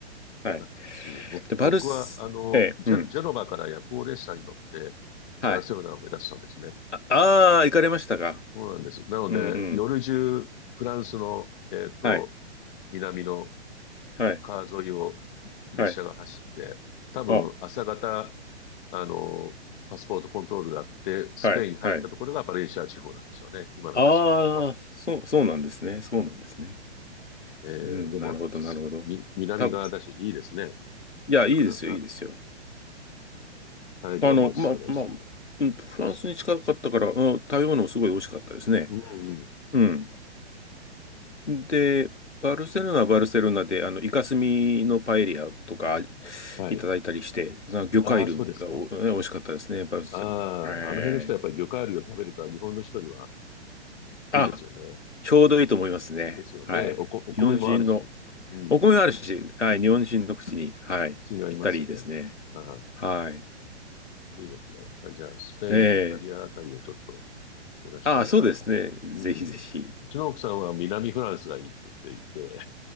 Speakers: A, on the left (about 85°); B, on the left (about 45°).
A: はい。
B: 懐かしい。ぼ僕は、
A: で、バルス、
B: あの、
A: ええ、
B: ジェ、
A: うん。
B: ジェノバから夜行列車に乗って、
A: はい。
B: バルセロナを目指したんですね。
A: ああー、行かれましたか。
B: そうなんです。なので、
A: うんうん。
B: 夜中、フランスの、えっと、
A: はい。
B: 南の
A: はい。
B: 川沿いを列車が走って、
A: はい。
B: 多分朝方、
A: あ、
B: あの、パスポートコントロールがあって、スペインに入ったところがバレンシア地方なんでしょうね。
A: はい。はい。
B: 今の話聞くと。
A: ああ、そう、そうなんですね。そうなんですね。
B: えー、
A: うん、
B: でも、
A: なるほど、なるほど。
B: み、南側だし、
A: 多分、
B: いいですね。
A: いや、
B: なかなか
A: いいですよ、いいですよ。
B: パエリアも美味しそうだし。
A: あの、ま、まあ、うんフランスに近かったから、うん、食べ物もすごい美味しかったですね。
B: うんうん。
A: うん。で、バルセロナはバルセロナで、あの、イカスミのパエリアとか
B: はい。
A: いただいたりして、その魚介類がお、
B: ああ、そうですか。
A: ね美味しかったですね、バルセロナ。
B: あ
A: は
B: あ、あの辺の人はやっぱり魚介類を食べるから、
A: い。
B: 日本の人には
A: あ、
B: いいですよね。
A: ちょうどいいと思いますね。
B: ですよね。
A: はい。
B: おこ、お米もあるし、
A: 日本人の、
B: うん。
A: お米があるし、はい、日本人の口に、はい、
B: 口に合いますよね。
A: ぴったりですね。
B: ああ。
A: はい。
B: いいですね。やっぱりじゃあ、スペイン、
A: ええ
B: イタリアあたりをちょっと目指したいな。
A: ああ、そうですね。
B: うん。
A: ぜひぜひ。
B: うちの奥さんは南フランスがいいって言っていて、